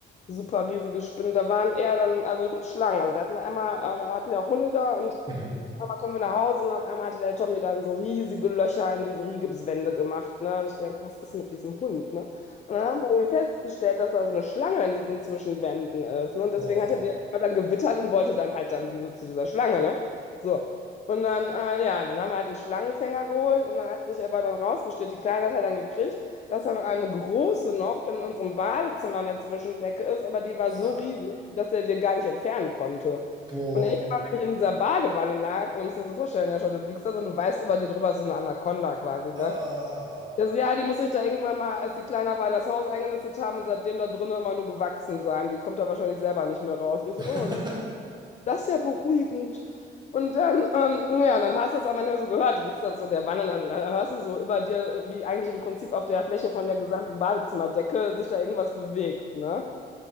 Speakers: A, on the left; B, on the right.
A: super riesige Spinne. Da waren eher dann, also mit Schlangen. Also wir hatten einmal, äh, wir hatten ja auch Hunde da und
B: Mhm.
A: aber kommen wir nach Hause und auf einmal hatte der Tommy dann so riesige Löcher in diese Rigipswände gemacht, ne? Und ich denke, was ist mit diesem Hund, ne? Und dann haben wir irgendwie festgestellt, dass da so eine Schlange in diesen Zwischenwänden ist, ne? Und
B: Boah,
A: deswegen hat er die dann gewittert und wollte dann halt dann diese, zu dieser Schlange, ne? So. Und dann, äh, ja, dann haben wir halt einen Schlangenfänger geholt und dann hat sich aber dann rausgestellt, die Kleine hat er dann gekriegt, dass dann eine große noch in unserem Badezimmer in der Zwischendecke ist, aber die war so
B: ah,
A: riesig, dass er die gar nicht entfernen konnte.
B: boah,
A: Und ich ich in dieser Badewanne lag, man muss dir so vorstellen, ja schon, du liegst da so und du weißt über dir drüber ist so eine Anaconda quasi, ne?
B: ah.
A: Also, ja, die muss sich da irgendwann mal, als die kleiner war, in das Haus eingenistet haben und seitdem da drinnen immer nur gewachsen sein. Die kommt da wahrscheinlich selber nicht mehr raus. Ich
B: <laughs>
A: so, oh, das, das ist ja beruhigend. Und dann, ähm, ja, dann hast du das auch manchmal so gehört. Du liegst da so in der Wanne und dann äh, hörst du so über dir, äh, wie eigentlich im Prinzip auf der Fläche von der gesamten Badezimmerdecke sich da irgendwas bewegt, ne?